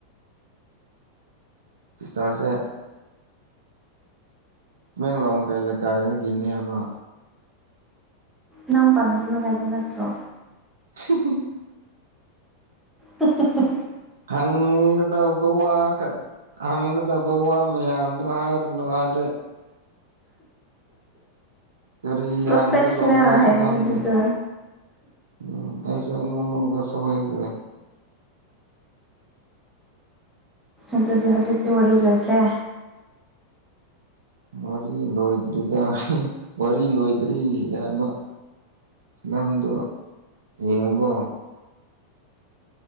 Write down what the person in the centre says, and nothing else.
ꯅꯪ ꯄꯥꯟꯒꯅꯨ ꯍꯥꯏꯕ ꯅꯠꯇ꯭ꯔꯣ
ꯎ
ꯄ꯭ꯔꯣꯐꯦꯁꯅꯦꯜ
ꯍꯥꯏꯕꯅꯤ
ꯑꯗꯨꯗꯣ
ꯑꯗꯨꯗꯤ ꯍꯧꯖꯤꯛꯇꯤ ꯋꯥꯔꯤ ꯂꯣꯏꯈ꯭ꯔꯦ